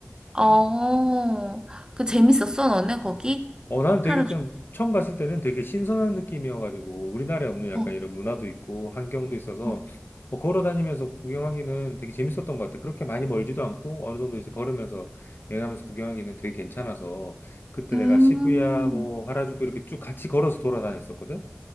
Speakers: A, on the right (about 20°); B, on the left (about 60°).
A: 어,
B: 음.
A: 그 재밌었어, 너네 거기?
B: 어, 나는 되게
A: 하라주쿠.
B: 좀 처음 갔을 때는 되게 신선한 느낌이어가지고 우리나라에 없는 약간
A: 어,
B: 이런 문화도 있고 환경도 있어서
A: 어.
B: 뭐 걸어 다니면서 구경하기는 되게 재밌었던 것 같아. 그렇게 많이 멀지도 않고 어느 정도 이제 걸으면서 여행하면서 구경하기는 되게 괜찮아서 그때
A: 음,
B: 내가 시부야 뭐 하라주쿠 이렇게 쭉 같이 걸어서 돌아다녔었거든.